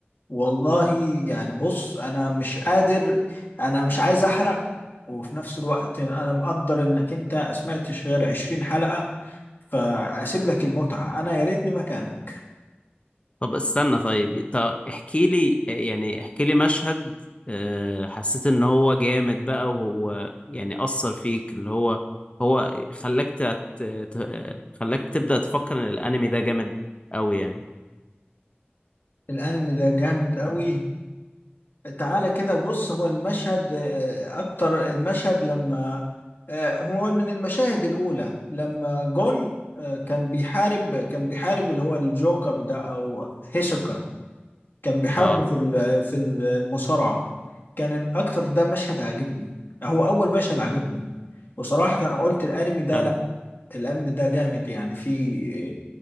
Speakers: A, on the left (about 60°); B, on the left (about 30°).
A: والله يعني بص انا مش قادر انا مش عايز احرق وفي نفس الوقت انا مقدر انك انت سمعتش غير 20 حلقه فاسيب لك المتعه انا يا ريتني مكانك
B: طب استنى طيب طب احكي لي يعني احكي لي مشهد آه، حسيت ان هو جامد بقى وهو يعني اثر فيك اللي هو هو خلاك تت... ت- خلاك تبدأ تفكر ان الانمي ده جامد قوي يعني
A: الانمي ده جامد قوي تعالى كده بص هو المشهد آه، اكتر المشهد لما آه، هو من المشاهد الاولى لما جون آه، كان بيحارب كان بيحارب اللي هو الجوكر ده او هيسوكا كان بيحاربه
B: اه
A: في ال- في المصارعة كان اكتر ده مشهد عجبني هو اول مشهد عجبني وصراحة انا قلت الانمي ده
B: حلو
A: لا الانمي ده جامد يعني في